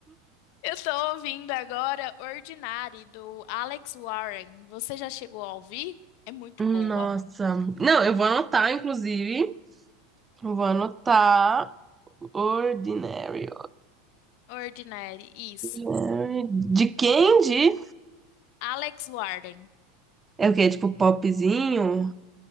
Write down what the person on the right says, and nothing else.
Nossa.
Não, eu vou anotar, inclusive. Eu Vou anotar Ordinary.
Ordinary. De quem? De...
É o quê? Tipo popzinho?